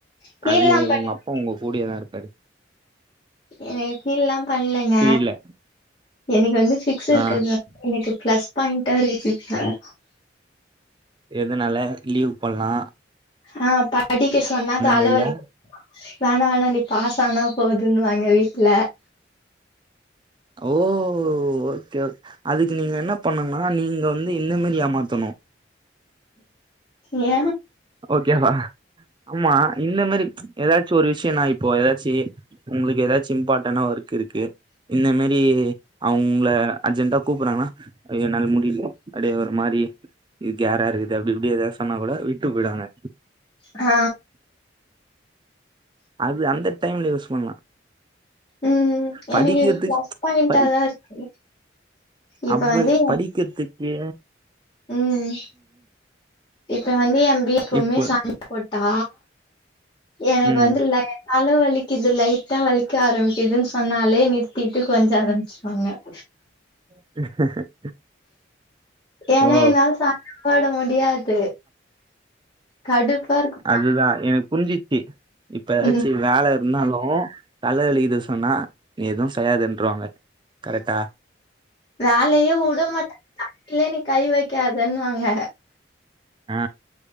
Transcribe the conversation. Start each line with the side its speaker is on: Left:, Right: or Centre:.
Left: ஃபீல்லா
Right: அது
Left: பண்ணலடி
Right: உங்க அப்பா உங்க கூடியதா இருப்பாரு
Left: எனக் ஃபீல்லா பண்லங்க
Right: புரியல
Left: எனக்கு வந்து பிக்ஸ் இருக்கது
Right: ஆ
Left: வந்து எனக் பிளஸ் பாயிண்டா இருக்குதுங்க
Right: எதுனால லீவ் பண்லா
Left: ஆ படிக்க சொன்னா தலவலிக்
Right: மாரியா
Left: வேணா வேணா நீ பாஸ் ஆனா போதுன்னுவாங்க வீட்ல
Right: ஓ ஓகே ஓக் அதுக்கு நீங்க என்ன பண்ணனுங் னா நீங்க வந்து இந்தமாரி ஏமாத்தணு
Left: ஏ
Right: ஓகேவா ஆமா இந்த மாரி ஏதாச்சு ஒரு விஷயனா இப்போ ஏதாச்சி உங்ளுக்கு ஏதாச்சு இம்பாட்டனா ஒர்க் இருக்கு இந்த மாரி அவுங் உங்ள அர்ஜென்டா கூப்பறாங்னா ஐ யொ என்னால முடியலீங் அப்டியே ஒரு மாறி இதுக்கு க்யேரா இருக்குது அப்டி இப்டி ஏதாவது சொன்னா கூட விட்டு போயிருவாங்க
Left: ஆ
Right: அது அந்த டைம்ல யூஸ் பண்லா
Left: ம்
Right: படிக்கறதுக்
Left: எனக்கு இது பிளஸ் பாயிண்டா
Right: படி
Left: தா இருக்கு இப்ப
Right: அப்வே
Left: வந்து
Right: படிக்கிறதுக்கு
Left: ம் இப்ப வந்து <unintelligible>
Right: இப்போ
Left: சா போட்டா எனக்
Right: ம்
Left: வந்து ல தல வலிக்குது லைட்டா வலிக்க ஆரம்பிக்குதுன் சொன்னாலே நிறுத்திட்டு கொஞ்ச ஆரம்மிச்சுருவாங்க <inaudible>
Right: <inaudible>
Left: ஏனா
Right: ஓ
Left: என்னால ச பாட முடியாது கடுப்பா இருக்
Right: இதுதா எனக் புரிஞ்சி சி இப்ப எதாச்சு
Left: ம்
Right: வேல இருந்தாலு தல வலிக்குது சொன்னா நீ எதுவு செய்யாதன்றுவாங்க கரெட்டா
Left: வேலயே உட மாட்டாங் <inaudible> நீ கை வைக்காதன்னுவாங்க
Right: ஆ